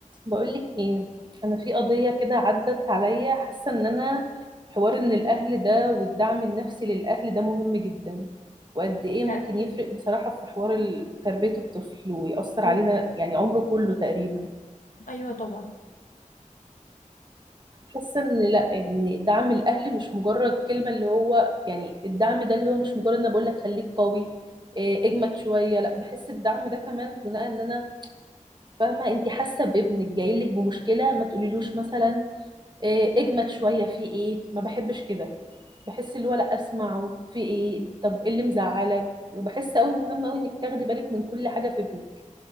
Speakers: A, on the right (about 35°); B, on the left (about 75°).
A: بقولك ايه انا في قضيه كده عدت عليا حاسه ان انا حوار ان الاهل ده والدعم النفسي للاهل ده مهم جدا وقد ايه ممكن
B: لا أكيد
A: يفرق بصراحه في حوار ال- تربيه الطفل ويأثر
B: مم.
A: علينا يعني عمره كله تقريبا
B: أيوة طبعا
A: حاسه ان لا يعني دعم الاهل مش مجرد كلمه اللي هو يعني الدعم ده اللي هو مش مجرد انا بقول لك خليك قوي إيه، اجمد شويه لا بحس الدعم ده كمان بناء ان انا فاهمه انت حاسه بابنك جاي لك بمشكله ما تقوليلوش مثلا إيه، اجمد شويه في ايه ما بحبش كده بحس اللي هو لا اسمعه في ايه طب ايه اللي مزعلك وبحس قوي مهم قوي انك تاخدي بالك من كل حاجه في ابنك